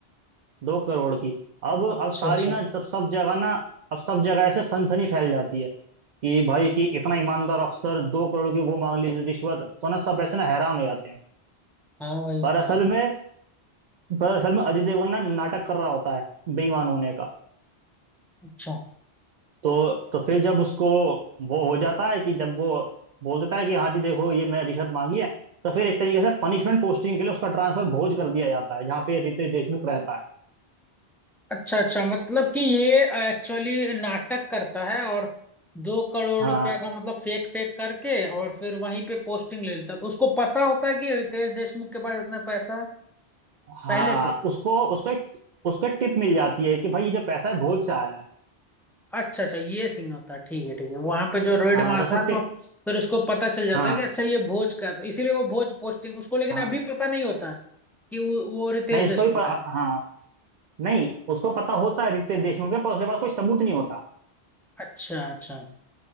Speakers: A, on the right; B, in the centre.
A: दो करोड़ की अब
B: अच्छा
A: अब सारी
B: अच्छा
A: ना सब सब जगह ना अब सब जगह ऐसे सनसनी फैल जाती है कि भाई कि इतना ईमानदार अफसर दो करोड़ की वो मांग ली रिश्वत तो ना सब ऐसे ना हैरान हो जाते हैं
B: हाँ भाई
A: पर
B: हाँ
A: असल में पर असल में अजय देवगन ना नाटक कर रहा होता है बेईमान होने का
B: अच्छा
A: तो तो फिर जब उसको वो हो जाता है कि जब वो बोल देता है कि हाँ जी देखो ये मैंने रिश्वत मांगी है तो फिर एक तरीके से पनिशमेंट पोस्टिंग के लिए उसका ट्रांसफर भोज कर दिया जाता है जहाँ पे रितेश देशमुख रहता है
B: अच्छा अच्छा मतलब कि ये एक्चुअली नाटक करता है और दो करोड़
A: हाँ
B: रुपए का मतलब फेक फेक करके और फिर वहीं पे पोस्टिंग ले लेता है तो उसको पता होता है कि रितेश देशमुख के पास इतना पैसा है
A: हाँ
B: पहले से
A: उसको उसको एक उसको एक टिप मिल जाती है कि भाई ये जो पैसा है भोज से आया है
B: अच्छा अच्छा ये सीन होता है ठीक है ठीक है वहां पे जो रेड
A: हाँ
B: मारता
A: तो उसको
B: है
A: टिप
B: तो फिर उसको पता चल जाता
A: हाँ
B: है कि अच्छा ये भोज का है तो इसीलिए वो भोज पोस्टिंग उसको लेकिन
A: हाँ
B: अभी पता नहीं होता है कि वो वो रितेश
A: नहीं उसको
B: देशमुख
A: भी प-
B: है
A: हाँ नहीं उसको पता होता है रितेश देशमुख के पर उसके पास कोई सबूत नहीं होता
B: अच्छा अच्छा